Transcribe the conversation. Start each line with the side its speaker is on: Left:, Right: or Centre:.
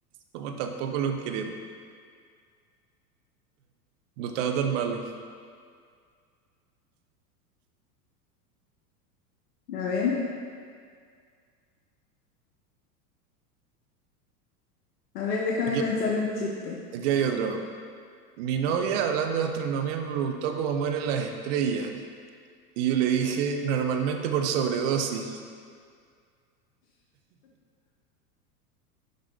Right: somos tan pocos los queremos. No estaba tan malo.
Left: A ver, a ver, déjame
Right: Aquí,
Left: pensar un chiste.
Right: aquí hay otro. Mi novia, hablando de astronomía, me preguntó cómo mueren las estrellas. Y yo le dije, normalmente por sobredosis.